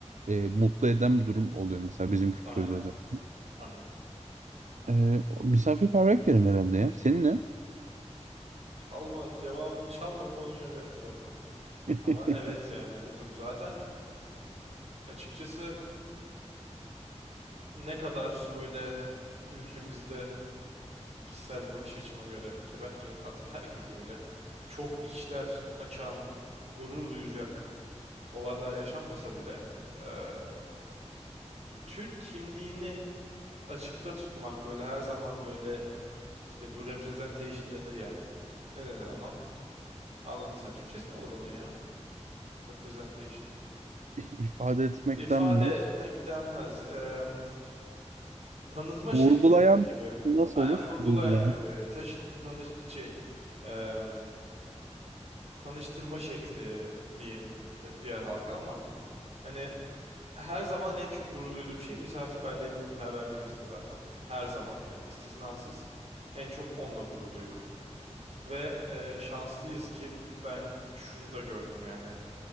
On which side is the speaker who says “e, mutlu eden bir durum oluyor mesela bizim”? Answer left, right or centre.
Right